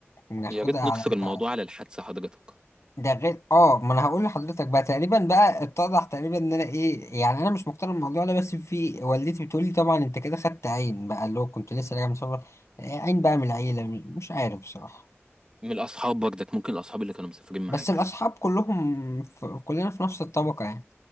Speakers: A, on the left; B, on the right.
A: ناخدها
B: يا ريت
A: على
B: نكسر
A: قد
B: الموضوع
A: على
B: على الحادثه حضرتك
A: ده غير اه ما انا هقول لحضرتك بقى تقريبا بقى اتضح تقريبا ان انا ايه يعني انا مش مقتنع بالموضوع ده بس في والدتي بتقول لي طبعا انت كده خدت عين بقى اللي هو كنت لسه راجع من سفر آه، عين بقى من العيلة مش عارف بصراحة
B: من الاصحاب برضك ممكن الاصحاب اللي كانوا مسافرين معاك
A: بس الاصحاب كلهم في كلنا في نفس الطبقة يعني